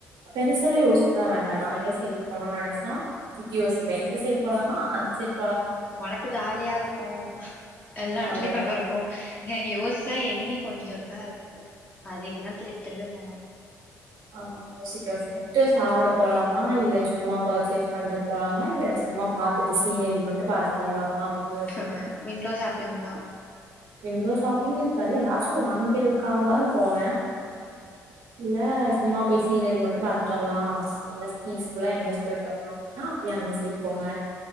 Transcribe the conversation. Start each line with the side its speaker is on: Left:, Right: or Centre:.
Right: பெருசால யோசிக்கவே வேண்டா நா எங்க எங்காச்சி வெளிய போனுனு நெனைச்சா வித்தியோசதை இந்த சைடு போலாம அந்த சைடு
Left: ம் ஒனக்கு ஜாலியா இருக்கு எல்லா எடத்துலயு
Right: அவ்ளோதா
Left: கட இருக்கு இங்கங்க யோசிச்சா எண்ணி கொஞ்சோ தா இருக்கு அதைக்கு தா திருப்பி திருப்பிய போணு
Right: ஆமா யோசி ஃப்ஸ்ட்டு சாப்பிட போலாமா இல்ல சும்மா பர்ச்சேஸ் பண்றதுக்கு போலாமா இல்ல சும்மா ப த்துட்டு சீனரி மட்டும் பாத்துட்டு வரலாமா அப்டின்னுயோசிப்பே
Left: ஆ விண்டோ ஷாப்பிங் தா
Right: விண்டோ ஷாப்பிங் இருக்காது யாதாச்சு வாங்கிறதுக்காகவாது போவே
Left: ம்
Right: இல்லை சும்மா போய் சீனரி மட்டு பாத்துட்டு வரலா நல்லா பீஸ்ஃபுல்லா எங்காச்சு போயிட்டு வரலா ன்னா அப்பயே அந்த சைடு போங்க